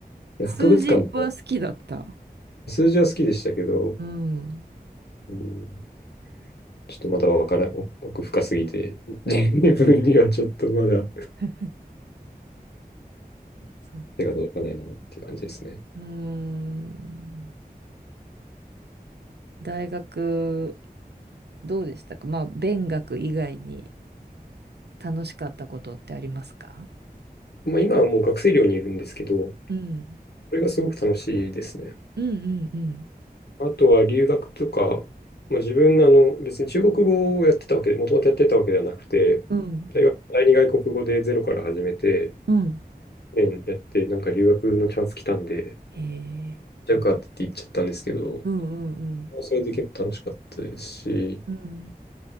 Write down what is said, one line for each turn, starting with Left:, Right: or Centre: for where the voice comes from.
Left: で博物館とか
Right: 数字は好きだった。
Left: 数字は好きでしたけど、
Right: うん。
Left: うん、ちょっとまだわからん、奥奥深すぎて、<laughs> 自分にはちょっとまだ
Right: <laughs> そう。
Left: 手が届かないなっていう感じですね。
Right: うーん。大学、どうでしたかまあ、勉学以外に楽しかったことってありますか
Left: まあ、今はもう学生寮にいるんですけど、
Right: うん。
Left: それがすごく楽しいですね。
Right: うんうんうん。
Left: あとは留学とか、まあ、自分あの別に中国語をやってたわけで、もともとやってたわけではなくて、
Right: うん。
Left: 大学第二外国語でゼロから始めて、
Right: うん。
Left: 年やって、なんか留学のチャンス来たんで、
Right: へえ。
Left: じゃあ受かってって言っちゃったんですけど、
Right: うんうん
Left: それで結構楽しかったですし、
Right: うん。うん。